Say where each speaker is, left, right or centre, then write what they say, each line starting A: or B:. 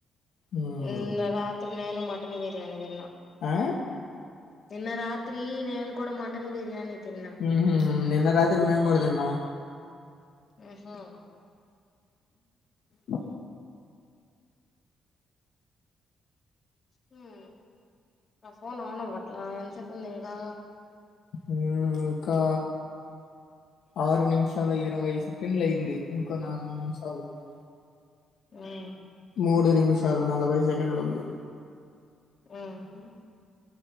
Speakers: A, on the left; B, on the left.
A: ఉమ్,
B: నిన్న రాత్రి నేను మట్ మట్టన్ బిర్యానీ తన్నా
A: ఆ
B: నిన్న రాత్రి నేన కూడా మటన్ బిర్యానీ తిన్నా
A: హ్మ హ్మ నిన్న రాత్రి మేం కూడా తిన్నాం
B: ఆహా
A: అ
B: హ్మ ఆ ఫోన్ ఆను బట్లా ఎంత సేపు ఉంది ఇంకా
A: హ్మ ఇంకా ఆరు నిమిష తలో ఇరవై సెకండ్లు అయింది ఇంకో నాలుగు నిమిషలు ఉంది
B: హ్మ
A: మూడు నిమిషాల నలభై సెకండ్లు ఉంది
B: హ్మ